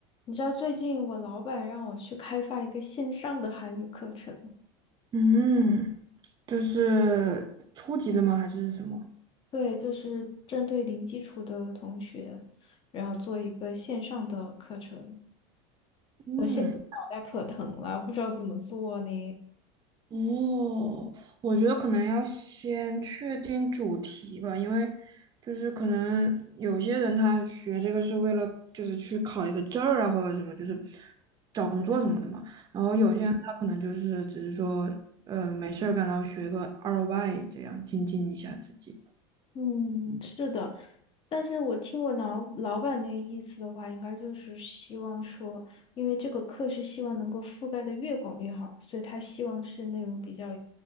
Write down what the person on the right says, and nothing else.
嗯，就是初级的吗？还是什么？
嗯，
哦，我觉得可能要先确定主题吧，因为就是可能有些人他学这个是为了就是去考一个证儿啊，或者什么，就是找工作什么的嘛。然后有些人他可能就是只是说，
呃，没事儿干，然后学个二外，这样精进一下自己。